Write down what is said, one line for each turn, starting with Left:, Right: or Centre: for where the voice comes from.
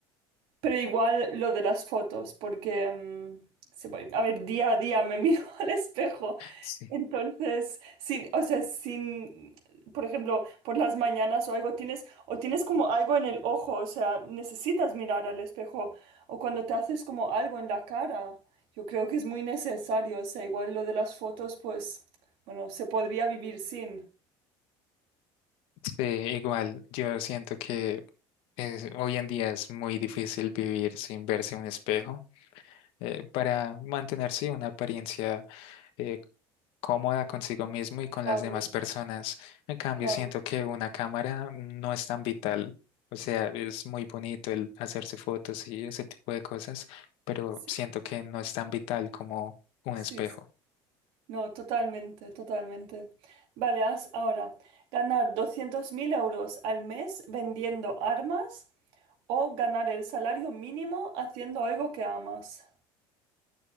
Right: Pero igual lo de las fotos, porque, mm, se voy- a ver, día a día me miro <laughs> al espejo.
Left: Sí.
Right: Entonces, sin, o sea, sin, por ejemplo, por las mañanas o algo, tienes, o tienes como algo en el ojo, o sea, necesitas mirar al espejo, o cuando te haces como algo en la cara, yo creo que es muy necesario, o sea, igual lo de las fotos, pues, bueno, se podría vivir sin.
Left: Sí, igual, yo siento que es- hoy en día es muy difícil vivir sin verse en un espejo eh, para mantenerse una apariencia eh, cómoda consigo mismo y con
Right: Claro,
Left: las demás personas. En cambio,
Right: claro.
Left: siento que una cámara no es tan vital. O sea, es muy bonito el hacerse fotos y ese tipo de cosas, pero
Right: Sí,
Left: siento que no es tan vital como un
Right: sí,
Left: espejo.
Right: No, totalmente, totalmente. Vale, haz ahora ganar 200.000 euros al mes vendiendo armas o ganar el salario mínimo haciendo algo que amas.